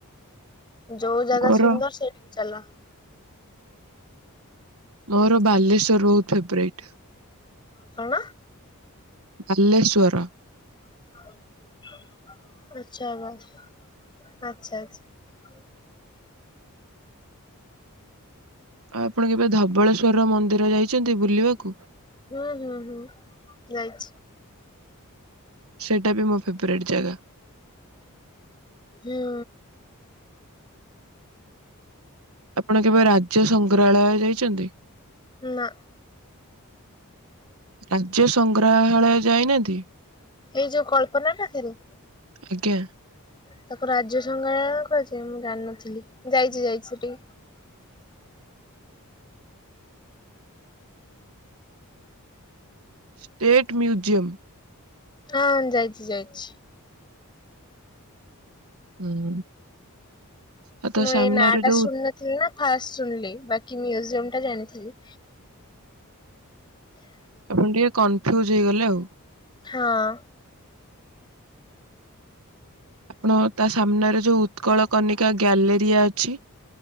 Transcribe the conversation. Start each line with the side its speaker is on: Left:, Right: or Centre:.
Left: ଯୋଉ ଜାଗା
Right: ମୋର
Left: ସୁନ୍ଦର ସେଇଠି। ଚାଲ।
Right: ମୋର ବାଲେଶ୍ଵର ବହୁତ ଫେବରାଇଟ।
Left: କଣ।
Right: ବାଲେଶ୍ଵର।
Left: <inaudible> ଆଚ୍ଛା ବାସ୍ ଆଚ୍ଛା ଆଚ୍ଛା।
Right: ଆଉ ଆପଣ କେବେ ଧବଳେଶ୍ଵର ମନ୍ଦିର ଯାଇଛନ୍ତି। ବୁଲିବାକୁ।
Left: ହୁଁ ହୁଁ ହୁଁ ଯାଇଛି।
Right: ସେଇଟା ବି ମୋ ଫେବରଟି ଜାଗା।
Left: ହୁଁ।
Right: ଆପଣ କେବେ ରାଜ୍ୟ ସଂଗ୍ରାଳୟ ଯାଇଛନ୍ତି।
Left: ନା।
Right: ରାଜ୍ୟ ସଂଗ୍ରାହାଳୟ ଯାଇନାହାନ୍ତି।
Left: ଏଇ ଯୋଉ କଳ୍ପନା ପାଖରେ।
Right: ଆଜ୍ଞା।
Left: ତାକୁ ରାଜ୍ୟ ସଂଗ୍ରାହାଳୟ କହିଚି ମୁଁ ଜାିନଥିଲି। ଯାଇଛି ଯାଇଛି। ସେଟିକି।
Right: State museum.
Left: ହଁ ଯାଇଚି ଯାଇଚି।
Right: ହୁଁ। ଆଉ ତା
Left: ମୁଁ
Right: ସାମ୍ନାରେ
Left: ଏ ନା ଟା
Right: ଯୋଉ
Left: ଶୁଣିନଥିଲି ନା ଫାଷ୍ଟ ଶୁଣିଲି। ବାକି ମିୟୁଜିଅମ୍ ଟା ଜାଣିଥିଲି।
Right: ଆପଣ <unintelligible> କନଫ୍ୟୁଜ୍ ହେଇଗଲେ ଆଉ।
Left: ହଁ।
Right: ଆପଣ ତା ସାମ୍ନାରେ ଯୋଉ ଉତ୍କଳ କନିକା ଗ୍ୟାଲେରିଆ ଅଛି।